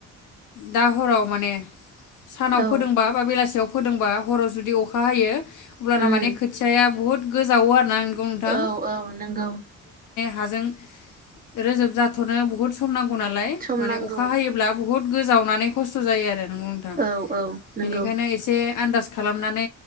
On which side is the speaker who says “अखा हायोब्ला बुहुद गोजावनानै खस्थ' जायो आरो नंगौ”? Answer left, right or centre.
Left